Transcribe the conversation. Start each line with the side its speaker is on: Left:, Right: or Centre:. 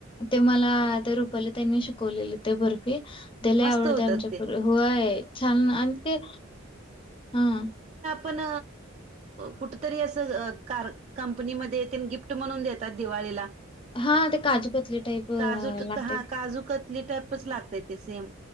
Left: ते, मला ते रुपाली ताईंनी शिकवलं. शिकवलेलं ते बर्फी ते लई
Right: मस्त
Left: आवडत
Right: होतात
Left: आमच्या
Right: ते
Left: कडं होय, छान, आणि ते हम.
Right: पण कुठेतरी असं कार कंपनीमध्ये येतं, गिफ्ट म्हणून देतात दिवाळीला.
Left: हा, ते काजूकतली टाईप
Right: काजू
Left: लागतं.
Right: हा काजू कतली टाईपच लागतंय ते, सेम.